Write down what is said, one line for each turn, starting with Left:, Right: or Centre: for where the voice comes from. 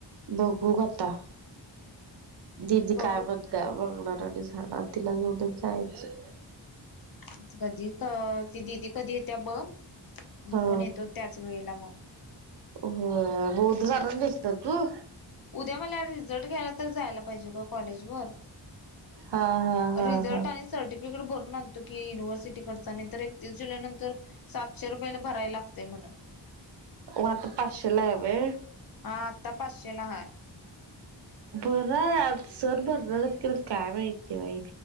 Right: बघू का आता दिदी
Left: बघू
Right: काय बण त्या बगणार आणि झाडं तिला घेऊनच जायचं.
Left: अ कधी ती दिदी कधी येते बघ मी
Right: हा
Left: पण येतो त्याच वेळेला मग.
Right: हो बौध झाून दिसतात तू.
Left: उद्या मला रिझल्ट घ्यायला तर जायला पाहिजे का कॉलेज वर.
Right: हा हा. हा
Left: रिझल्ट
Right: हा
Left: आणि सर्टिफिकेट भरून आणतो की युनिव्हर्सिटी कडचा नाही तर एकतीस जुलै नंतर. सातशे रुपयाला भराय लागतेय म्हण.
Right: मग आता पाचशेला आहे व्हय
Left: हा आत्ता पाचशेला हा.
Right: बरं आहे सर भरणार काय माहिित आहे बाई.